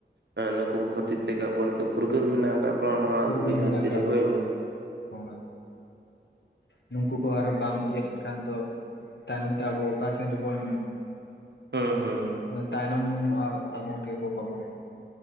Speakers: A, on the right; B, on the left.
A: ᱦᱮᱸ ᱱᱩᱠᱩ ᱠᱚ ᱠᱷᱟᱹᱛᱤᱨ ᱛᱮᱜᱮ ᱟᱵᱚ ᱱᱚᱜ ᱯᱷᱩᱨᱜᱟᱹᱞ ᱢᱮᱱᱟᱜ ᱟᱠᱟᱫ ᱵᱚᱱᱟ ᱱᱚᱣᱟ
B: ᱯᱷᱩᱨᱜᱟᱹᱞ
A: ᱫᱷᱩᱲᱤ ᱫᱷᱟᱹᱨᱛᱤ
B: ᱢᱮᱱᱟᱜ ᱟᱠᱟᱫ
A: ᱨᱮ
B: ᱵᱚᱱᱟ
A: ᱦᱳᱭ ᱢᱟ
B: ᱦᱳᱭ ᱱᱩᱠᱩ ᱠᱚ ᱟᱨᱚ ᱵᱟᱝ ᱤᱭᱟᱹᱜ ᱠᱟᱱ ᱫᱚ ᱛᱟᱭᱱᱚᱢ ᱛᱮ ᱟᱵᱚ ᱚᱠᱟ ᱥᱮᱱ ᱨᱮᱵᱚᱱ
A: ᱦᱩᱸ ᱦᱩᱸ
B: ᱛᱟᱭᱱᱚᱢᱚᱜᱼᱟ ᱟᱵᱚ ᱠᱮᱠᱚ ᱠᱟᱵᱚᱱ